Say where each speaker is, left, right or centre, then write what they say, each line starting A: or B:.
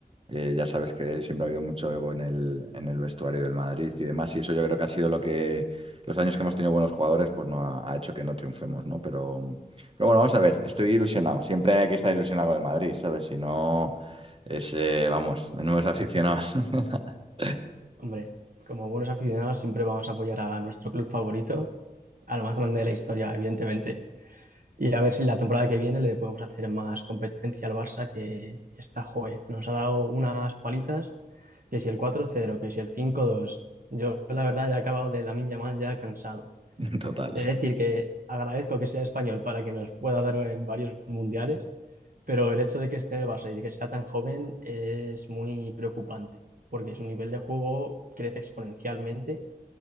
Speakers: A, on the right; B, on the right.
A: eh, ya sabes que siempre ha habido mucho ego en el, en el vestuario del Madrid y demás. Y eso yo creo que ha sido lo que los años que hemos tenido buenos jugadores, pues no ha, ha hecho que no triunfemos, ¿no? Pero, pero bueno, vamos a ver. Estoy ilusionado. Siempre hay que estar ilusionado con el Madrid, ¿sabes? Si no, es, eh, vamos, menudos aficionados. <laughs>
B: Hombre, como buenos aficionados siempre vamos a apoyar a nuestro club favorito, a lo más grande de la historia, evidentemente. Y a ver si la temporada que viene le podemos hacer más competencia al Barça, que está, joe, nos ha dado unas palizas, que si el cuatro cero que si el cinco dos Yo, la verdad, ya he acabado de Lamine Yamal ya cansado.
A: Total.
B: Es decir, que agradezco que sea español para que nos pueda dar eh, varios mundiales, pero el hecho de que esté en el Barça y de que sea tan joven es muy preocupante, porque su nivel de juego crece exponencialmente